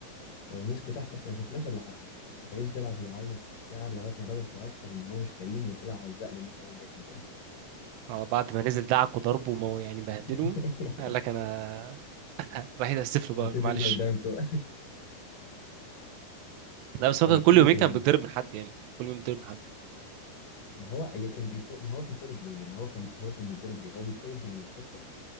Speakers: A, on the left; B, on the right.
A: فمسكوا تحت احنا ما شفناش اللي حصل بس كريم طلع بيعيط وبتاع لغايه ما الراجل تيقن ان هو مش كريم وطلع عزقنا ان احنا قلنا اسم كريم
B: اه بعد ما نزل دعك وضربه وما يعني بهدله
A: <laughs>
B: قال لك انا راح يتاسف له
A: اعتذرنا
B: بقى قال له معلش
A: قدامكم
B: لا بس هو
A: كان
B: كان كل
A: في ايه
B: يومين
A: تاني
B: كان بيتضرب من حد يعني كل يوم بيتضرب من حد
A: ما هو اي كان بيطرد ما هو بيطرد ليه لان هو كان هو كان بيتضرب ليه هو بيطرد من الحصه